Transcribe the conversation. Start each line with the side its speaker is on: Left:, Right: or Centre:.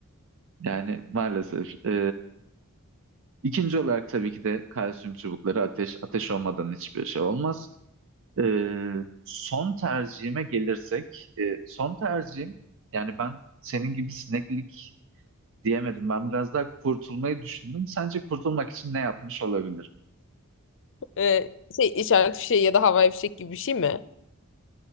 Right: Yani maalesef e, İkinci olarak tabii ki de kalsiyum çubukları ateş ateş olmadan hiçbir şey olmaz. Ee, son tercihime gelirsek, e, son tercihim yani ben senin gibi sineklik diyemedim. Ben biraz daha kurtulmayı düşündüm. Sence kurtulmak için ne yapmış olabilir?
Left: Ee, şey işaret fişeği ya da havai fişek gibi bir şey mi?